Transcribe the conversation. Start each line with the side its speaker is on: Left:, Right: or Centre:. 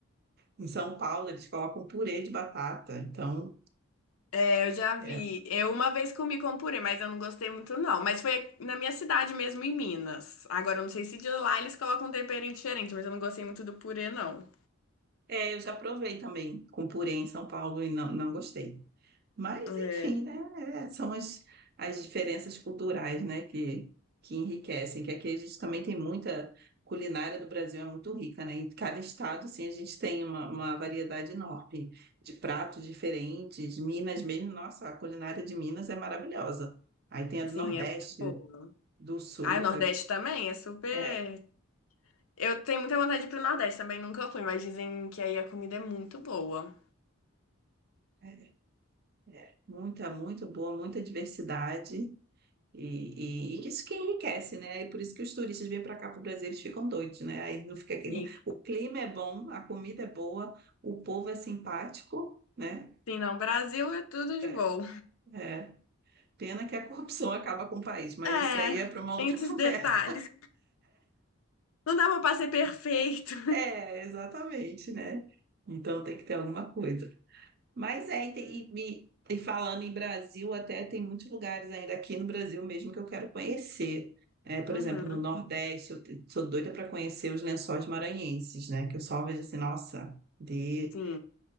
Right: Em São Paulo, eles colocam purê de batata. Então,
Left: é, eu já vi.
Right: é.
Left: Eu uma vez comi com purê, mas eu não gostei muito, não. Mas foi na minha cidade mesmo, em Minas. Agora, eu não sei se de lá eles colocam um tempero diferente, mas eu não gostei muito do purê, não.
Right: É, eu já provei também com purê em São Paulo e não, não gostei. Mas,
Left: É.
Right: enfim, né? é, são as, as diferenças culturais, né? Que, que enriquecem, que aqui a gente também tem muita culinária do Brasil, é muito rica, né? Em cada estado, sim a gente tem uma, uma variedade enorme de pratos diferentes. Minas mesmo, nossa, a culinária de Minas é maravilhosa. Aí tem a
Left: Sim,
Right: do Nordeste,
Left: é muito bom.
Right: do Sul,
Left: Ah, o Nordeste também é super.
Right: é, é,
Left: Eu tenho muita vontade de ir pro Nordeste também, nunca fui, mas dizem que aí a comida é muito boa.
Right: é, é muita, muito boa, muita diversidade. E, e, e isso que enriquece, né? E por isso que os turistas vêm para cá para o Brasil, eles ficam doidos, né? Aí não fica aquele...
Left: Fica.
Right: O clima é bom, a comida é boa, o povo é simpático, né?
Left: Sim, não, Brasil é tudo de
Right: É.
Left: bom.
Right: é. Pena que a corrupção acaba com o país, mas
Left: É,
Right: isso aí é para uma
Left: tem
Right: outra
Left: esses
Right: <laughs> conversa.
Left: detalhes. Não dava pra ser perfeito.
Right: É, exatamente, né? Então tem que ter alguma coisa. Mas é, e, tem- e me- e falando em Brasil, até tem muitos lugares ainda aqui no Brasil mesmo que eu quero conhecer. É, por
Left: Uhum,
Right: exemplo, no Nordeste, eu te- sou doida para conhecer os Lençóis Maranhenses, né? Que eu só vejo assim, nossa, de
Left: sim.